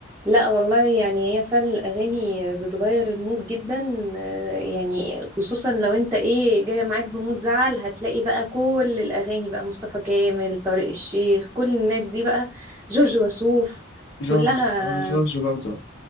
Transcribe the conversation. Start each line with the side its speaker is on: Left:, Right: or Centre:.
Right: لا والله يعني هي فعلا الاغاني بتغير المود جدا آه، يعني خصوصا لو انت ايه جايه معاك بمود زعل هتلاقي بقى كل الاغاني بقى مصطفى كامل طارق الشيخ كل الناس دي بقى جورج وسوف
Left: جورج
Right: كلها
Left: اه جورج برضه